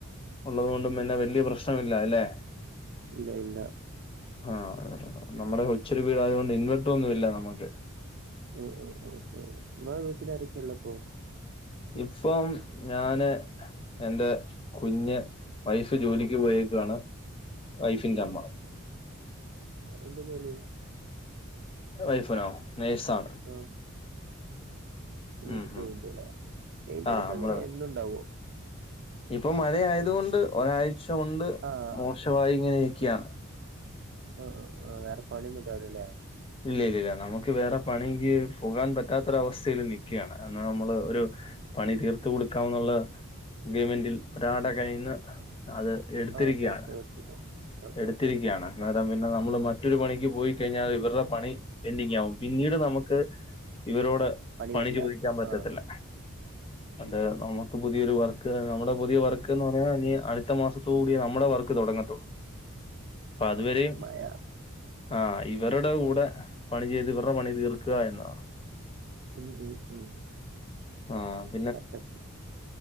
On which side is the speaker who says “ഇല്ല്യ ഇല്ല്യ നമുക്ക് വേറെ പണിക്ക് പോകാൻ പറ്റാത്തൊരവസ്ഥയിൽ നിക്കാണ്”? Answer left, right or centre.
Left